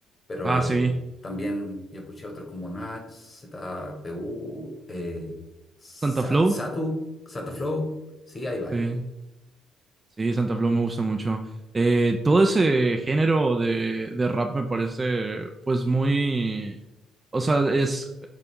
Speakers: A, on the left (about 20°); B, on the right (about 15°).
A: pero
B: Ah, sí,
A: también yo escuché otros como Nach, ZPU, eh, Sat-
B: Santa Flow,
A: Satu, Santa Flow. Sí, hay varios.
B: sí, sí, Santa Flow me gusta mucho. Eh, todo ese género de, de rap me parece, pues muy, o sea, es